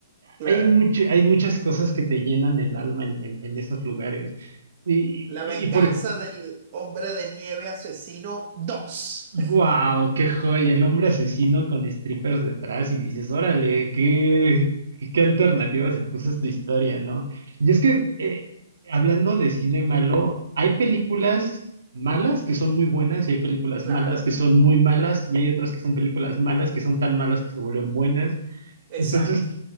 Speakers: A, on the right; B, on the right.
A: Claro.
B: hay mucho, hay muchas cosas que te llenan el alma en, en- en esos lugares. Y,
A: La
B: y-
A: venganza
B: y por ejemplo,
A: del hombre de nieve asesino dos.
B: Wow, qué joya, el hombre asesino con strippers detrás y dices, órale, qué, qué, qué alternativa se puso esta historia, ¿no? Y es que, eh, hablando de cine malo, hay películas malas que son muy buenas y hay películas
A: <laughs> Claro,
B: malas que son muy malas y hay otras que son películas malas que son tan malas que se vuelven buenas.
A: exacto.
B: Entonces,